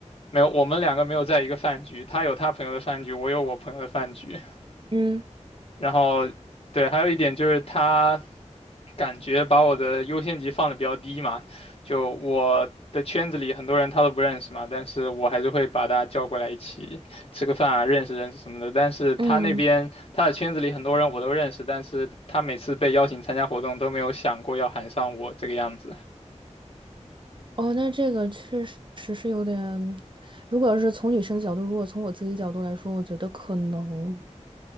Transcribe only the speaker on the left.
没有，我们两个没有在一个饭局，他有他朋友的饭局，我有我朋友的饭局。
然后，对，还有一点就是他感觉把我的优先级放的比较低嘛，就我的圈子里很多人他都不认识嘛，但是我还是会把他叫过来一起吃个饭啊，认识认识什么的。但是他那边他的圈子里很多人我都认识，
但是他每次被邀请参加活动都没有想过要喊上我这个样子。